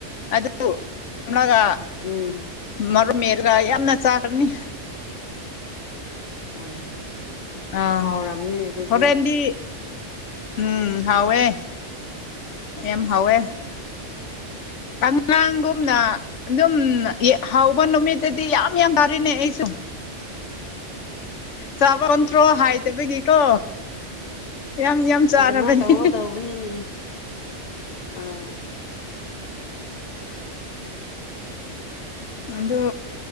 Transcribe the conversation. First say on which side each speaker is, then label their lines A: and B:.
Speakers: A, on the left; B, on the left.
A: ꯑꯗꯨ ꯂꯒꯥ
B: ꯎꯝ
A: ꯃꯔꯨꯞ ꯃꯦꯜꯒ ꯌꯥꯝꯅ ꯆꯥꯈ꯭ꯔꯅꯤ
B: ꯑꯣ
A: ꯑꯥ
B: ꯍꯥꯎꯔꯝꯅꯤꯅꯦ ꯑꯗꯨꯗꯤ
A: ꯍꯣꯔꯦꯟꯗꯤ ꯎꯝ ꯍꯥꯎꯋꯦ ꯌꯝ ꯍꯥꯎꯋꯦ ꯀꯪꯂꯥꯡꯒꯨꯝꯅ ꯑꯗꯨꯝ ꯍꯧꯕ ꯅꯨꯃꯤꯠꯇꯗꯤ ꯌꯥꯝ ꯌꯥꯝ ꯇꯥꯔꯤꯅꯦ ꯑꯩꯁꯨ ꯆꯥꯕꯟꯠꯇ꯭ꯔꯣ ꯍꯥꯏꯗꯕꯒꯤꯀꯣ ꯌꯥꯝ ꯌꯥꯝ ꯆꯥꯔꯕꯅꯦ
B: ꯑꯗꯨꯃꯥꯏꯅ ꯇꯧꯕ ꯇꯧꯕꯅꯤꯅꯦ ꯑꯥ
A: ꯑꯗꯨ